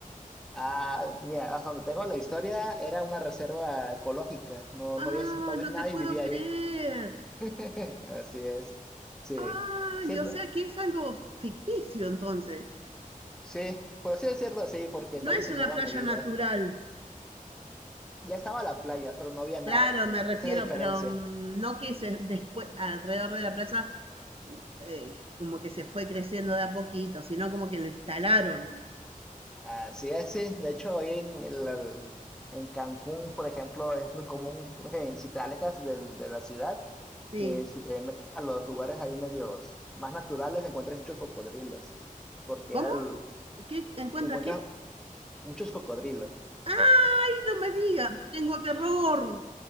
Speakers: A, in the centre; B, on the right.
A: Ah, mira, hasta donde tengo la historia, era una reserva ecológica. No,
B: Ah,
A: no había, no había-
B: no
A: nadie
B: te puedo
A: vivía
B: creer.
A: ahí. <laughs> Así es. Sí.
B: Ay,
A: Sí,
B: o
A: no-
B: sea que es algo ficticio entonces.
A: sí, por así decirlo, sí, porque
B: No
A: está diseñado
B: es una playa
A: a medida.
B: natural.
A: Ya estaba la playa, pero no había nada.
B: Claro, me refiero,
A: Esa es la diferencia.
B: pero mm, no que se, después, alrededor de la playa, eh, como que se fue creciendo de a poquito, sino como que lo instalaron.
A: Así es, sí. De hecho, hoy en, el- el- en Cancún, por ejemplo, es muy común, eh, si te alejas del- de, la ciudad,
B: Sí.
A: que si te metes a los lugares ahí medios más naturales, encuentras muchos cocodrilos, porque
B: ¿Cómo?
A: era el-
B: ¿Qué encuentra
A: encuentras
B: qué?
A: muchos cocodrilos.
B: ¡Ay, no me digas! Tengo terror,